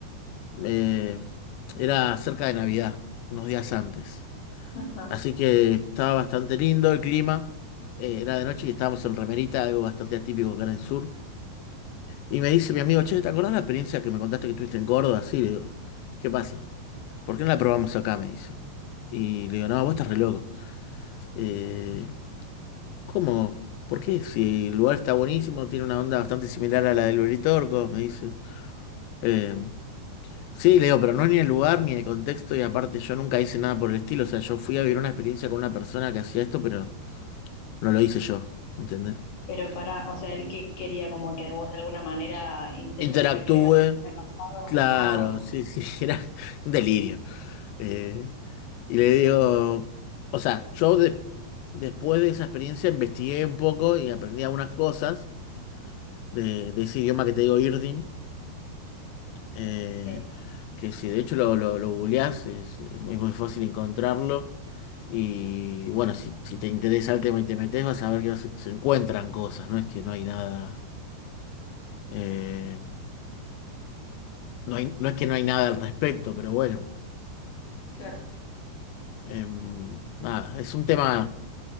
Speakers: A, on the left (about 90°); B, on the left (about 65°).
A: Eh, era cerca de Navidad, unos días antes.
B: ajá.
A: Así que estaba bastante lindo el clima. eh, era de noche y estábamos en remerita, algo bastante atípico acá en el sur. Y me dice mi amigo, che, ¿te acordás la experiencia que me contaste que tuviste en Córdoba? Sí, le digo, ¿qué pasa? ¿Por qué no la probamos acá? Me dice. Y le digo, no, vos estás re loco. Eh, ¿Cómo? ¿Por qué? Si el lugar está buenísimo, tiene una onda bastante similar a la del Uritorco, me dice. Eh, sí, le digo, pero no es ni el lugar ni el contexto, y aparte yo nunca hice nada por el estilo. O sea, yo fui a vivir una experiencia con una persona que hacía esto, pero no lo hice yo, ¿entendés?
B: Pero para, o sea, él que quería como que vos de alguna manera intentes
A: Interactúe,
B: recrear el pasado.
A: claro,
B: Ah, ok,
A: sí, sí, <laughs> era un delirio. Eh, y le digo, o sea, yo de- después de esa experiencia investigué un poco y aprendí algunas cosas de, de ese idioma que te digo, Irdin. eh,
B: sí,
A: que si de hecho lo, lo, lo googleás, es, es muy fácil encontrarlo. Y bueno, si, si te interesa el tema y te metes, vas a ver que se, se encuentran cosas, no es que no hay nada, eh, no hay, no es que no hay nada al respecto, pero bueno,
B: claro.
A: em, nada, es un tema,